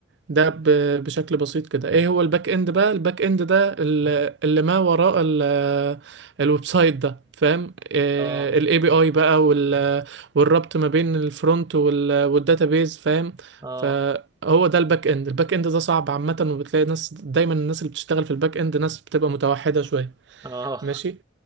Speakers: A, on the right (about 65°); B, on the right (about 20°).
A: ده ب- بشكل بسيط كده ايه هو الباك اند بقى الباك اند ده ال- اللي ما وراء ال- الويب سايت ده فاهم
B: اه
A: الاي بي اي بقى وال- والربط ما بين الفرونت والداتابيز فاهم
B: اه
A: فهو ده الباك اند الباك اند ده صعب عامة وبتلاقي ناس دايما الناس اللي بتشتغل في الباك اند ناس بتبقى متوحدة شوية
B: اه
A: ماشي